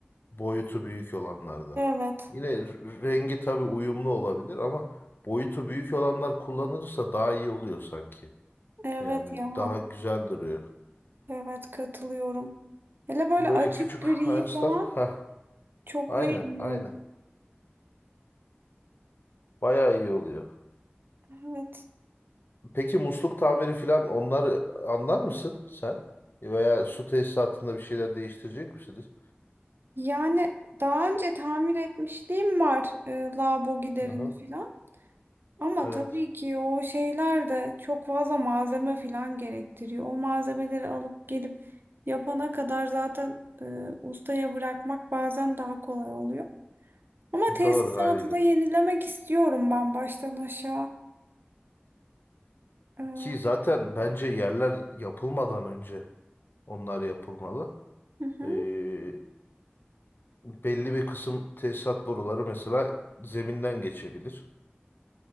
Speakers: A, on the left (about 60°); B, on the right (about 60°).
A: Boyutu büyük olanlardan.
B: Evet.
A: Yine r- rengi tabii uyumlu olabilir ama boyutu büyük olanlar kullanılırsa daha iyi oluyor sanki.
B: Evet
A: Yani
B: ya.
A: daha güzel duruyor.
B: Evet katılıyorum. Hele böyle
A: Böyle
B: açık
A: küçük
B: gri
A: fayanslar.
B: falan
A: Heh,
B: çok
A: aynen
B: beğeniyorum.
A: aynen. Bayağı iyi oluyor.
B: Evet.
A: Peki musluk tamiri falan onları anlar mısın sen? Veya su tesisatında bir şeyler değiştirecek misiniz?
B: Yani daha önce tamir etmişliğim var e, lavabo giderini
A: Aha,
B: falan. Ama
A: evet.
B: tabii ki o şeyler de çok fazla malzeme falan gerektiriyor. O malzemeleri alıp gelip yapana kadar zaten e, ustaya bırakmak bazen daha kolay oluyor. Ama tesisatı
A: Doğru haliyle.
B: da yenilemek istiyorum ben baştan aşağı. E, hı
A: Ki zaten bence yerler yapılmadan önce onlar yapılmalı.
B: hı,
A: Ee, belli bir kısım tesisat boruları mesela zeminden geçebilir.